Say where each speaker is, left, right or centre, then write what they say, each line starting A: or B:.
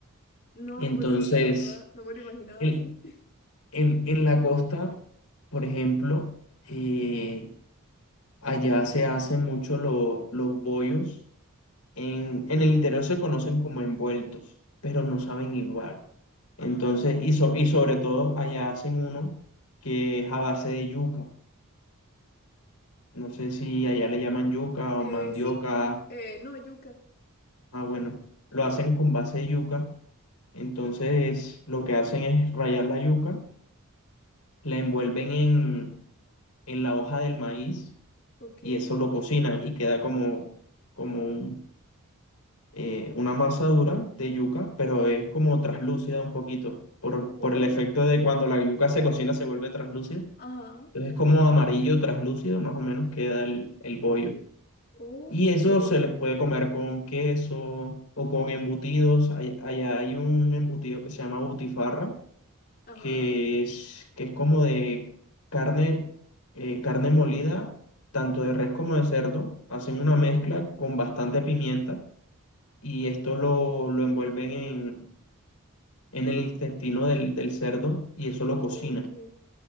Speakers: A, on the left; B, on the left.
A: No,
B: Entonces,
A: pues sí, la verdad, no me lo imaginaba
B: el-
A: así. <laughs>
B: en, en la costa, por ejemplo, eh, Allá se hacen mucho lo- los bollos. En, en el interior se conocen como envueltos, pero no saben igual. Entonces,
A: Ajá.
B: y, so- y sobre todo allá hacen uno que es a base de yuca. No sé si allá le llaman yuca
A: Eh,
B: o mandioca.
A: sí, eh, no, yuca.
B: Ah, bueno, lo hacen con base de yuca. Entonces, lo que hacen es rallar la yuca, la envuelven en, en la hoja del maíz
A: Ok,
B: y eso lo cocinan y queda como, como un eh, una masa dura de yuca, pero es como traslúcida un poquito, por,
A: ok.
B: por el efecto de cuando la yuca se cocina se vuelve traslúcida.
A: Ajá,
B: Entonces es como amarillo traslúcido, más o menos queda el, el bollo.
A: oh,
B: Y eso
A: qué rico.
B: se les puede comer con queso o con embutidos. Hay- Allá hay un embutido que se llama butifarra,
A: Ajá,
B: que es, que es como de carne, eh, carne molida, tanto de res como de cerdo. Hacen una
A: oh,
B: mezcla con bastante pimienta y esto lo, lo envuelven en, en el intestino del, del cerdo y eso lo cocinan.
A: ok.